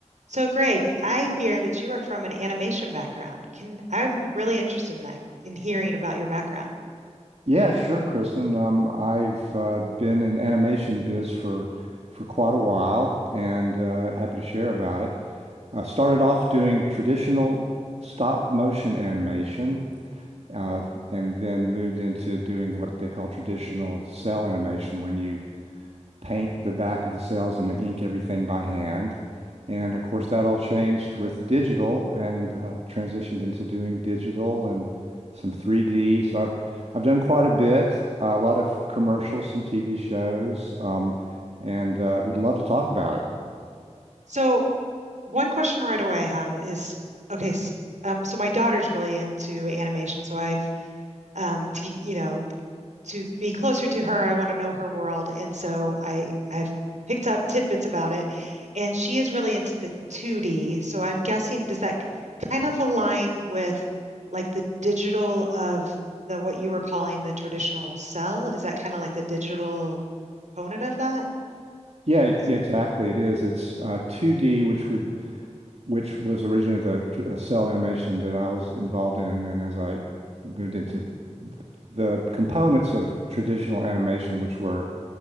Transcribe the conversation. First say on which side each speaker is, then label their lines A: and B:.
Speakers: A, on the right; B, on the right.
A: So, Greg, I hear that you are from an animation background. Can I'm really interested in that, in hearing about your background.
B: Yeah, sure, Kristen. Um, I've uh, been in the animation biz for for quite a while, and uh, happy to share about it. I started off doing traditional stop motion animation, uh, and then moved into doing what they call traditional cell animation, when you paint the back of the cells and ink everything by hand. And of course, that all changed with digital and uh, transitioned into doing digital and some 3D. So I've I've done quite a bit, uh, a lot of commercials, some TV shows, um, and uh, would love to talk about it.
A: So, one question right away I have is, okay, s- um, so my daughter's really into animation, so I've, um, t you know, to be closer to her. I want to know her world, and so I I've picked up tidbits about it, and she is really into the 2D. So I'm guessing does that kind of align with like the digital of the what you were calling the traditional cell? Is that kind of like the digital component of that?
B: Yeah,
A: Is
B: yeah, exactly. It is. It's uh, 2D, which would which was originally the tr- uh, cell animation that I was involved in, and then as I moved into the components of traditional animation, which were